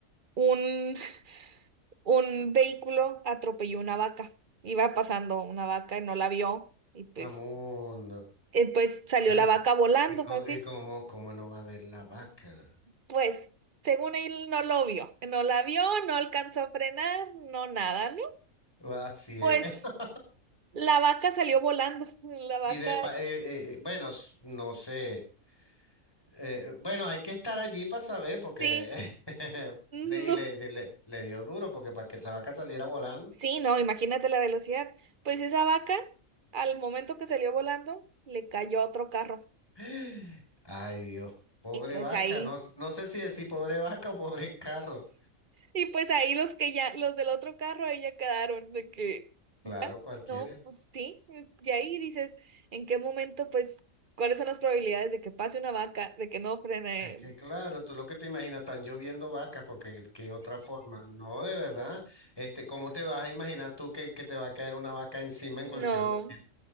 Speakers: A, on the right; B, on the left.
A: Un, <laughs> un vehículo atropelló una vaca. Iba pasando una vaca y no la vio y pues,
B: Amundo.
A: eh, pues salió
B: ¿Eh?
A: la vaca volando
B: Y, co-
A: así.
B: y cómo, cómo no va a haber la vaca.
A: Pues según él no lo vio, no la vio, no alcanzó a frenar, no nada, ¿no?
B: Ah, Así
A: Pues
B: es. <laughs>
A: La vaca salió volando. La vaca,
B: Y de pa- eh, eh, bueno, s- no sé. Eh, bueno, hay que estar allí para saber, porque
A: sí.
B: <laughs>
A: No.
B: le, y le, de- le- le dio duro, porque para que esa vaca saliera volando.
A: Sí, no, imagínate la velocidad. Pues esa vaca, al momento que salió volando, le cayó a otro carro.
B: <gasps> Ay, Dios. Pobre
A: Y pues
B: vaca.
A: ahí,
B: No, no sé si decir pobre vaca o pobre carro.
A: y pues ahí los que ya, los del otro carro, ahí ya quedaron de que,
B: Claro,
A: ya,
B: cualquiera.
A: no, pues sí. es- Y ahí dices, ¿en qué momento, pues, cuáles son las probabilidades de que pase una vaca, de que no frene?
B: Es que claro, tú lo que te imaginas, están lloviendo vacas, porque qué otra forma, no, de verdad, este, ¿cómo te vas a imaginar tú que, que te va a caer una vaca encima en cualquier
A: No.
B: momento?